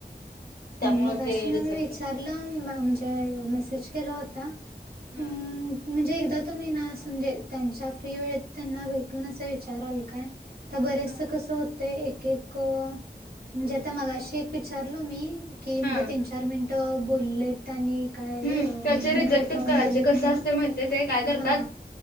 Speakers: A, on the left (about 70°); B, on the right (about 65°).
A: त्यामुळे
B: मगाशी
A: ते
B: म्या
A: रिजेक्टच
B: मी विचारलं म म्हणजे मेसेज केला होता.
A: हा
B: हम्म म्हणजे एकदा तुम्ही ना अस मजे त्यांच्या फ्री वेळेत त्यांना भेटून असं विचाराल काय? त बरेच
A: हा
B: कसं होतंय एक एक म्हणजे आता मगाशी एक विचारलो मी की म्हणजे
A: हा
B: तीन चार मिनिट बोलले त्यांनी काय
A: हम्म
B: अ
A: त्याचे रिजेक्टच
B: नंतर ठेवून
A: करायचे
B: दिलेत
A: कसं
B: म्हणून
A: असते माहिती ते काय करतात
B: हा